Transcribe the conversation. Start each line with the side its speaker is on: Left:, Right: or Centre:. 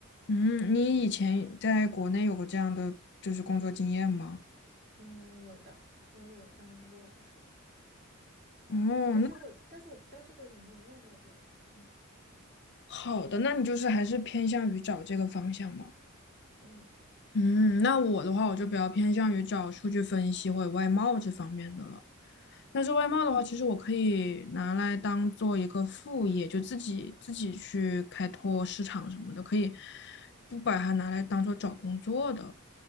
Left: 嗯，你以前在国内有过这样的就是工作经验吗？
Right: 嗯，有的，我有当过老师，
Left: 哦，
Right: 但是我但是我不知道这个有没有用在这里。
Left: 那
Right: 嗯
Left: 好的，那你就是还是偏向于找这个方向嘛？
Right: 嗯
Left: 嗯，那我的话，我就比较偏向于找数据分析或者外贸这方面的了。但是外贸的话，其实我可以拿来当做一个副业，就自己自己去开拓市场什么的，可以不把它拿来当做找工作的。